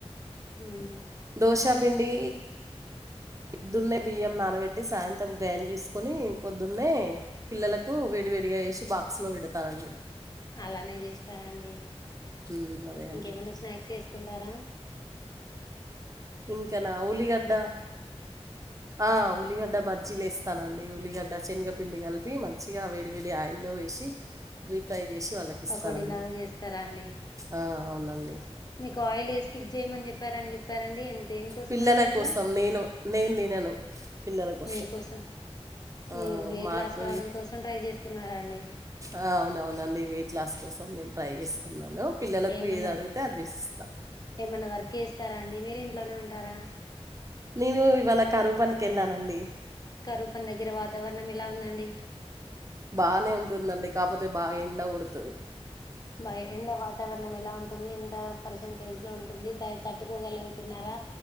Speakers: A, on the left; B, on the right.
A: ఉమ్
B: దోశాపిండి పొద్దున్నే బియ్యం నానబెట్టి సాయంత్రం గ్రైండ్చేసుకొని పొద్దున్నే పిల్లలకు వేడివే డిగా వేసి బాక్స్ లో పెడతానండి
A: అలానే చేస్తానండి
B: హ్మ్. అదే
A: ఇంకేమన్నా
B: అండి.
A: స్నాక్స్ వేసుకుంట టరా
B: ఇంకనా ఉల్లిగడ్డ ఆ ఉల్లిగడ్డ బ జీలేస్తానండి ఉల్లిగడ్డ శన్గపిండి కలిపి మంచిగా వేడి వేడి ఆయి లో వేసి డీప్ ఫ్రై చేసి వాళ్ళకిస్తానండి.
A: పకోడి లాగా చేస్తారాండి
B: ఆ! అవునండి.
A: మీకు ఆయిల్ వేసుకి చేయమని చెప్పారని చెప్పరండి ఎం దేనికోసమండి
B: పిల్లల
A: అట్లా
B: కోసం నేను నేను తినను. పిల్లల కోసం.
A: మీకోసం
B: ఆ!
A: మీరు వెట్
B: మాకు
A: లాస్ కావడం
B: ఈ
A: కోసం ట్రై చేస్తున్నారండి
B: ఆ! అవునవునండి. వెయిట్ లాస్ కోసం నేను ట్రై చేస్తున్నాను పిల్లలకు
A: ఏమన్నా
B: ఏది అడిగితే అది చేసిస్తా.
A: ఏమన్నా వర్క్ చేస్తారండి మీరు ఇంట్లోనే ఉంటారా
B: నేను ఇవాళ్ళ కరూపనికేళ్ళానండి
A: కరూపని దగ్గర వాతావరణం ఎలా ఉందండి
B: బానే ఉంటుందండి కాపోతే బాగేండ కొడ్తది
A: బ ఎండ వాతావరణం ఎలా ఉంటుంది ఎంత పర్సంటేజ్లో ఉంటుంది త తట్టుకోగలుగుతున్నారా